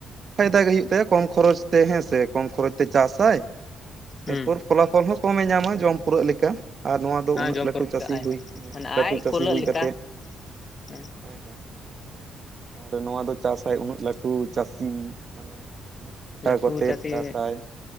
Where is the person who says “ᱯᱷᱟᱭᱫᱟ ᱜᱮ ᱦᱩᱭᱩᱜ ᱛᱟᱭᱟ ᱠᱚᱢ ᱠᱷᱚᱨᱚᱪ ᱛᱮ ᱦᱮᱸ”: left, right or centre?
Right